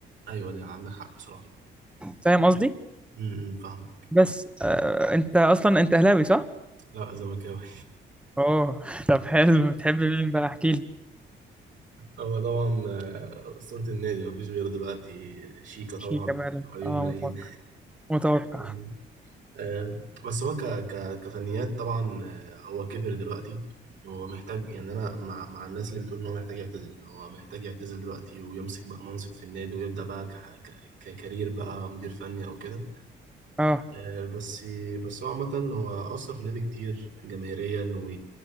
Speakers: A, on the right (about 70°); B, in the centre.
A: ايوه دي عندك حق بصراحة
B: فاهم قصدي
A: امم فاهم
B: بس آه، انت اصلا انت اهلاوي صح
A: لا زملكاوي <laughs>
B: اوه <laughs> طب حلو بتحب مين بقى احكي لي
A: هو طبعا آه، أسطورة النادي مفيش غيره دلوقتي شيكا طبعا
B: شيكا بقى
A: حبيب
B: اه
A: الملايين
B: متوقع متوقع
A: <laughs> آه، بس هو ك ك كفنيات طبعا آه، هو كبر دلوقتي هو محتاج يعني انا مع مع الناس اللي بتقول ان هو محتاج يعتزل هو محتاج يعتزل دلوقتي ويمسك بقى منصب في النادي ويبدأ بقى ك ك- ككارير بقى مدير فني او كده
B: اه
A: آه، بس بس هو عامة هو أثر في النادي كتير جماهيريا و